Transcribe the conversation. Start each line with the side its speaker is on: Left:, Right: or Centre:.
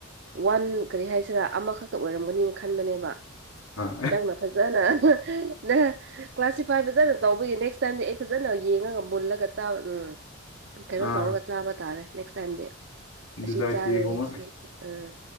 Right: ꯋꯥꯟ ꯀꯔꯤ ꯍꯥꯏꯁꯤꯔꯥ ꯑꯃꯈꯛꯇ ꯑꯣꯏꯔꯝꯒꯅꯤꯅ ꯈꯟꯕꯅꯦꯕ
Left: ꯑꯥ
Right: ꯅꯪꯅ ꯐꯖꯅ ꯅ ꯀ꯭ꯂꯥꯁꯤꯐꯥꯏ ꯐꯖꯅ ꯇꯧꯕꯒꯤ ꯅꯦꯛꯁ ꯆꯟꯗꯤ ꯑꯩ ꯐꯖꯅ ꯌꯦꯡꯉꯒ ꯃꯨꯜꯂꯒ ꯆꯥꯕ ꯎꯝ ꯀꯩꯅꯣ
Left: ꯑꯥ
Right: ꯇꯧꯔꯒ ꯆꯥꯕ ꯇꯥꯔꯦ ꯅꯦꯛꯁ ꯇꯥꯏꯝꯗꯤ ꯑꯁꯤ
Left: ꯕꯤꯂꯥꯏꯇꯤꯒꯨꯝꯕ
Right: ꯆꯥꯏꯌꯦ ꯁꯤ ꯎꯝ